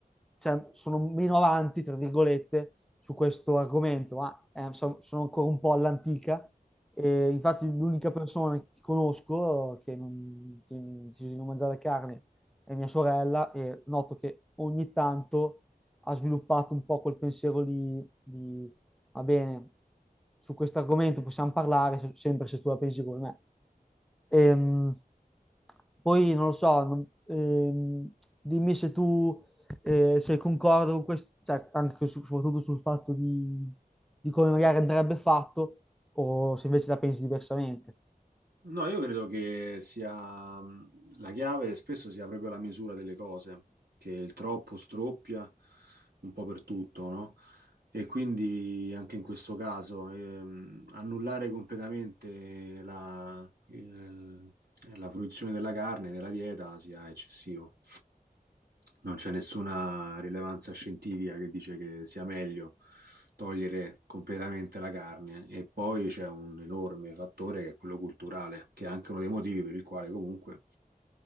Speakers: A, in the centre; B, on the right.
A: cioè, sono meno avanti, tra virgolette, su questo argomento, ma eh, so- sono ancora un po' all'antica. E infatti l'unica persona che conosco che non, che ha deciso di non mangiare carne è mia sorella e noto che ogni tanto ha sviluppato un po' quel pensiero lì di Va bene, su questo argomento possiamo parlare se- sempre se tu la pensi come me. Ehm, poi non lo so, non- ehm, dimmi se tu eh, sei concordo con questo, cioè, anche su- soprattutto sul fatto di, di come magari andrebbe fatto o se invece la pensi diversamente.
B: No, io credo che sia mh, la chiave spesso sia proprio la misura delle cose, che il troppo stroppia un po' per tutto, no? E quindi anche in questo caso ehm, annullare completamente la, il- la fruizione della carne nella dieta sia eccessivo non c'è nessuna rilevanza scientifica che dice che sia meglio togliere completamente la carne e poi c'è un enorme fattore che è quello culturale, che è anche uno dei motivi per il quale comunque